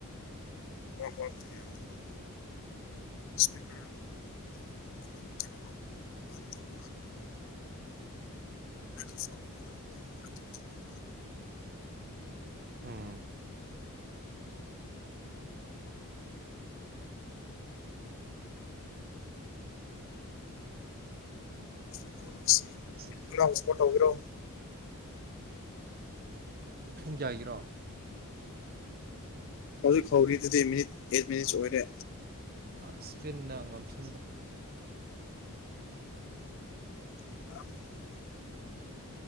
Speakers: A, on the left (about 60°); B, on the right (about 40°).
A: ꯍ ꯌꯥ ꯑꯗꯨꯣ <inaudible> ꯏꯁꯄꯤꯀꯔ ꯑꯃꯅ ꯀꯝ ꯀꯩꯅꯣ ꯕꯟ ꯇꯧꯅꯣ ꯍꯥꯏꯗ <unintelligible> ꯃꯣ ꯐꯣꯟ ꯑꯣꯏ ꯀꯩꯅ <unintelligible>
B: ꯎꯝ
A: ꯐꯨꯠꯕꯣꯜꯁꯤ
B: ꯁ <inaudible>
A: ꯏꯅꯥꯎꯅ ꯁꯄꯣꯔꯠ ꯇꯧꯕꯤꯔꯣ
B: ꯄꯨꯡ ꯀꯌꯥꯒꯤꯔꯣ
A: ꯍꯧꯖꯤꯛ ꯐꯥꯎꯒꯤꯗꯨꯗꯤ ꯃꯤꯅꯤꯠ ꯑꯦꯠ ꯃꯤꯅꯤꯠꯁ ꯑꯣꯏꯔꯦ
B: ꯑ ꯁ꯭ꯄꯦꯟꯅ ꯉꯝꯁꯅꯨꯗ
A: ꯂꯧꯁꯤꯟꯕ ꯉꯝꯗꯕ